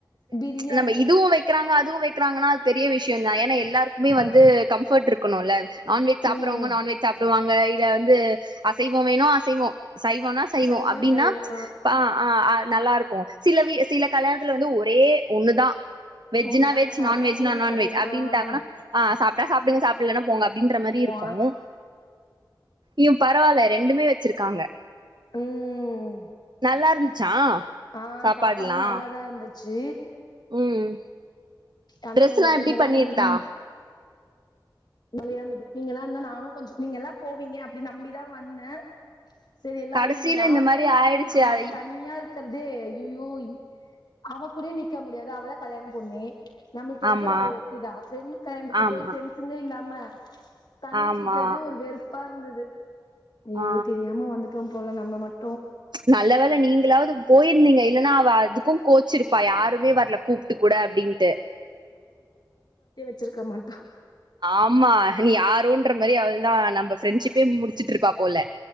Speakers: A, on the left; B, on the right.
A: பிரியாணி
B: நம்ம இதுவு வைக்கிறாங்க அ துவு வைக்கிறாங்கன்னா அது பெரிய விஷயம் தா ஏன்னா எல்லாருக்குமே
A: ஆ
B: வந்து கம்ஃபர்ட் இருக்கணுல நான்வெஜ் சாப்பிடுறவங்க
A: ம்
B: நான்வெஜ் சாப்பிடுவாங்க இத வந்து அசைவம் வேணு அசைவம் சைய்வோனா சைய்வோ
A: சைவம்னா
B: அப்படின்னா
A: சைவம்
B: ஆ அ நல்லா இருக்கும் சில வி சில கல்யாணத்துல வந்து ஒரே ஒண்ணுதா வெஜ்னா
A: ஒண்ணுதான்
B: வெஜ்
A: சாப்ட்டா
B: நான்வெஜ்னா
A: பிரியாணி
B: நான்வெஜ்
A: சாப்டுங்க
B: அப்டின்டங்கன்னா
A: ஆ ஆ
B: ஆ சாப்ட் டா சாப்டுங்க சாப்புலன்னா போங்க அப்படின்ற மாரி
A: போவா
B: இருக்கு யு பரவால்ல ரெண்டுமே வச்சிருக்காங்க
A: உம்
B: நல்லா இருந்துச்சா
A: ஆ
B: சாப்பாடுலா
A: சாப்பாடு எல்லா நல்லாதா இருந்துச்சு
B: ம்
A: ஆனா
B: ட்ரெஸ்லா
A: உங்கள
B: எப்டி
A: நீங்க எல்லா
B: பண்ணிருந்தா
A: இருந்தா மழையா இருந்து நீங்க எல்லா இருந்தா நானு கொஞ் நீங்க எல்லா போவீங்க அப்டின் நம்பிதா வந்த சேரி எல்லா
B: கடசில
A: வருவீங்க யாருமே
B: இந்த மாரி
A: வராம
B: ஆயிடுச்சு
A: நா மட்டு
B: ஐ
A: தனியா இ ருக்கறதே அய்யயோ அவ கூடயு நிக்க முடியாது அவதா கல்யாண பொண்ணே நம்முளுக் தெரிஞ்சவ
B: ஆமா
A: அவ ஒருத்திதா ஃப்ரண்ட் கல்யாணத்துக்கு
B: ஆமா
A: போய் ஃப்ரண்ட்ஸ் லாம தனியா
B: ஆமா
A: சுத்தற்தே ஒரு வெறுப்பா இருந்துது அய்யய்யோ
B: ஆ
A: தெரியாம வந்துட்டோ போல நம்ம மட்
B: நல்ல வேல நீங்களாவது போயிருந்தீங்க இல்லனா அவ அதுக் க்கு கோச்சிருப்பா யாருமே வரல கூப்ட்டு கூட அப்டின்ட்டு
A: ச்சிருக்க மாட்டா
B: ஆம்மா நீ யாரோன்ற மாரி அவள்தா நம்ப ஃப்ரெண்ட்ஷிப்பே முடிச்சுட்ருப்பா போல